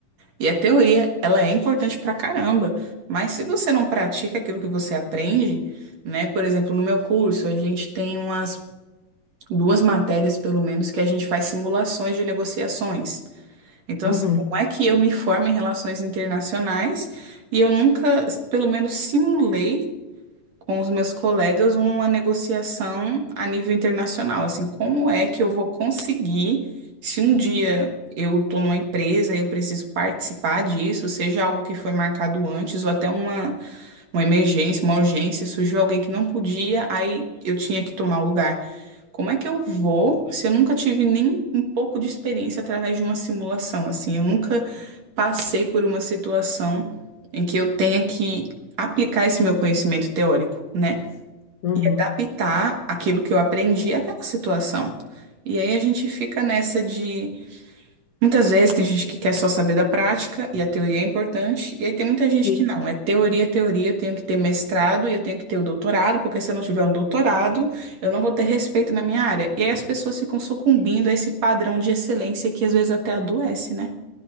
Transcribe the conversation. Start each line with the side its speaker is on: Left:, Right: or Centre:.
Right: E a teoria, ela é importante pra caramba, mas se você não pratica aquilo que você aprende, né, por exemplo, no meu curso, a gente tem umas duas matérias, pelo menos, que a gente faz simulações de negociações. Então,
Left: Uhum,
Right: assim, como é que eu me formo em relações internacionais e eu nunca, pelo menos, simulei com os meus colegas uma negociação a nível internacional? Assim, como é que eu vou conseguir, se um dia eu estou numa empresa e eu preciso participar disso, seja algo que foi marcado antes ou até uma uma emergência, uma urgência, surgiu alguém que não podia, aí eu tinha que tomar o lugar. Como é que eu vou se eu nunca tive nem um pouco de experiência através de uma simulação, assim? Eu nunca passei por uma situação em que eu tenha que aplicar esse meu conhecimento teórico, né?
Left: uhum.
Right: E adaptar aquilo que eu aprendi àquela situação. E aí a gente fica nessa de Muitas vezes tem gente que quer só saber da prática e a teoria é importante, e aí tem muita gente
Left: Sim.
Right: que não, é teoria, teoria, eu tenho que ter mestrado e eu tenho que ter o doutorado, porque se eu não tiver um doutorado, eu não vou ter respeito na minha área. E aí as pessoas ficam sucumbindo a esse padrão de excelência que às vezes até adoece, né?